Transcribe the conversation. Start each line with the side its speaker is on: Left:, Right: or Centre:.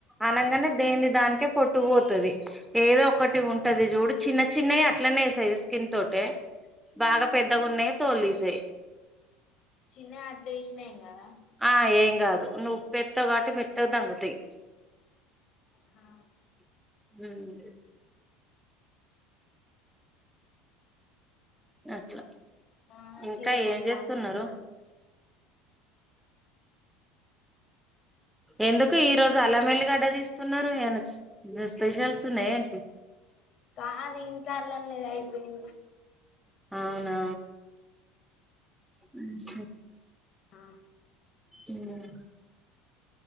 Centre: అనంగానే దేన్ది దానికే పొట్టు పోతది ఏదో ఒకటి ఉంటది చూడు చిన్న చిన్నవి అట్లనే సైజ కింతోటే బాగా పెద్దగా ఉన్నాయి తొల్ తీసెయ్
Left: చిన్నగా అట్లా చేసినా ఏం కాదా
Centre: ఆ ఏం కాదు నువ్వు ఉప్పు ఎత్తవ్ కాటి మెత్తగా దంగుతయ్
Left: ఆ
Centre: ఊ మ్ అట్లా
Left: ఆ
Centre: ఇంకా
Left: చేయ నోతాంది
Centre: ఏం చేస్తున్నారు ఎందుకు ఈ రోజు అల్లమెల్లిగడ్డ తీస్ స్తున్నారు ఏనా స్పెషల్స్ ఉన్నాయా ఏంటి
Left: కాదు ఇంట్ల అల్లం లేదు అయిపోయింది
Centre: అవునా ఉమ్ హు
Left: ఆ
Centre: ఉమ్